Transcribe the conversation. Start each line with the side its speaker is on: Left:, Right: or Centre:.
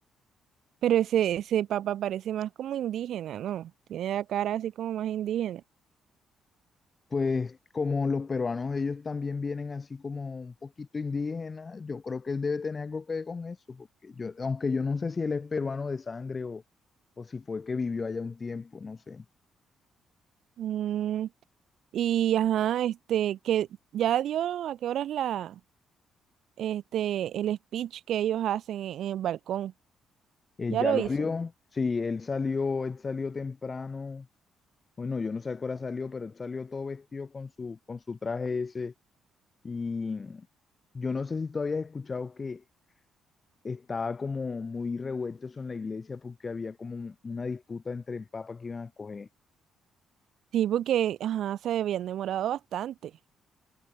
Right: Pero ese, ese papa parece más como indígena, ¿no? Tiene la cara así como más indígena.
Left: Pues como los peruanos, ellos también vienen así como un poquito indígenas, yo creo que él debe tener algo que ver con eso, porque yo, aunque yo no sé si él es peruano de sangre o, o si fue que vivió allá un tiempo, no sé.
Right: Mm, y ajá, este, que ya dio a qué horas la, este, el speech que ellos hacen en, en el balcón.
Left: Eh,
Right: Ya
Left: ya
Right: lo
Left: lo
Right: hizo.
Left: dio. Sí, él salió, él salió temprano. Bueno, yo no sé a qué hora salió, pero él salió todo vestido con su, con su traje ese. Y yo no sé si tú habías escuchado que estaba como muy revuelto eso en la iglesia porque había como un- una disputa entre el papa que iban a escoger.
Right: Sí, porque, ajá, se habían demorado bastante.